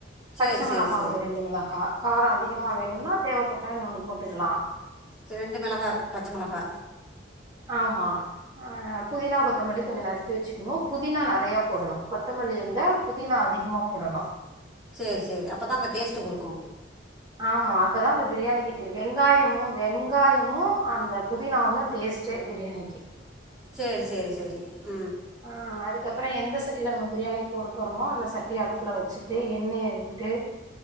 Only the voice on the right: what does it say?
பச்ச மிளகா
ஒரு ரெண்டு மிளகா ரோ அதிகமா வேணுமனா தேவைப்பட்டா இன்னு ஒன்னு போட்டுக்கலா
ஆமா ஆ புதினா கொத்தமல்லி கொஞ்சோ நறுக்கி வச்சுக்கணு புதினா நெறையா போடனு கொத்தமல்லியை விட புதினா அதிகமா போடணு
ஆமா அப்பதா அந்த பிரியாணி கிட்ட வெங்காயமு வெங்காயமு அந்த புதினாவு தா டேஸ்ட் சே பிரியாணிக்கு
ஆ அதுக்கப்புறோ எந்த சட்டியில்ல நம்ம பிரியாணி போட போகிறோமோ அந்த சட்டியை அடுப்பில்ல வச்சுட்டு எண்ணெய விட்டு